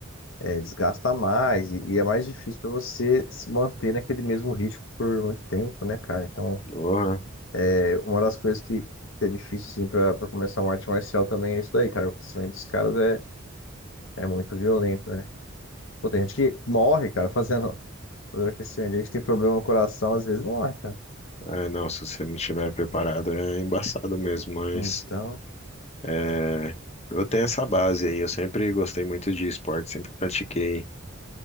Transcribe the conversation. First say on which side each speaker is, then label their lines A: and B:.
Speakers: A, on the left (about 65°); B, on the left (about 30°).
A: é, desgasta mais e, e é mais difícil para você se manter naquele mesmo ritmo por muito tempo, né, cara? Então,
B: Doha,
A: é, uma das coisas que, que é difícil, assim, para começar uma arte marcial também é isso daí, cara. O aquecimento dos caras é, é muito violento, né? Pô, tem gente que morre, cara, <laughs> fazendo, fazendo aquecimento. A gente tem problema no coração, às vezes morre, cara.
B: é, não, se você não estiver preparado é embaçado mesmo, mas
A: Então,
B: é, eu tenho essa base aí. Eu sempre gostei muito de esporte, sempre pratiquei